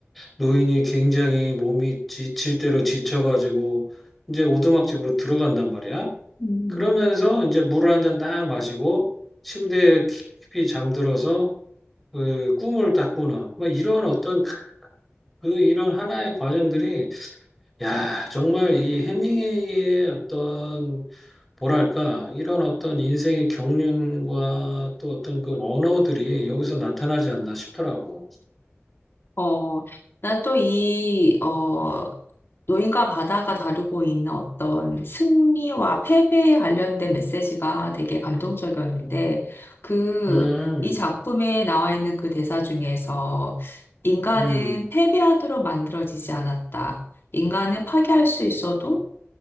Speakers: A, in the centre; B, on the left.
A: 노인이 굉장히 몸이 지칠 대로 지쳐가지고 이제 오두막집으로 들어간단 말이야.
B: 음.
A: 그러면서 이제 물을 한 잔 딱 마시고 침대에 깊이 잠들어서 그 꿈을 딱 꾸는 뭐 이런 어떤 그 그 이런 하나의 과정들이 야 정말 이 해밍웨이의 어떤 뭐랄까 이런 어떤 인생의 경륜과 또 어떤 그 언어들이 여기서 나타나지 않나 싶더라고.
B: 어, 난 또 이, 어, 노인과 바다가 다루고 있는 어떤 승리와 패배에 관련된 메시지가 되게 감동적이었는데, 그,
A: 음,
B: 이 작품에 나와 있는 그 대사 중에서, 인간은
A: 음,
B: 패배하도록 만들어지지 않았다. 인간은 파괴할 수 있어도